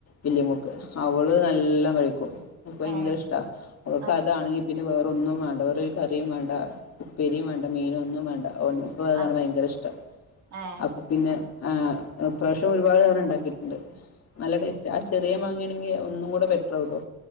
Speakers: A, on the left; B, on the right.
A: വലയമോൾക്ക് അവള് നല്ലോം കഴിക്കും അവക്ക് ഭയങ്കര
B: ഏഹ്
A: ഇഷ്ടാ അവൾക്ക്
B: ആഹ്
A: അതാണെങ്കി പിന്നെ വേറൊന്നും വേണ്ട വേറൊരു കറിയും വേണ്ട ഉപ്പേരിയും വേണ്ട മീനും ഒന്നും വേണ്ട ഒന്നും അവക്കും അതാണ്
B: ആഹ്
A: ഭയങ്കര ഇഷ്ടം
B: ഏഹ്
A: അപ്പം പിന്നെ പ്രഷം ഒരുപാട് തവണ ഉണ്ടാക്കിയിട്ടുണ്ട് നല്ല ടേസ്റ്റ് ആഹ് ചെറിയ മാങ്ങയാണെങ്കിൽ ഒന്നും കൂടെ ബെറ്ററാവൂട്ടോ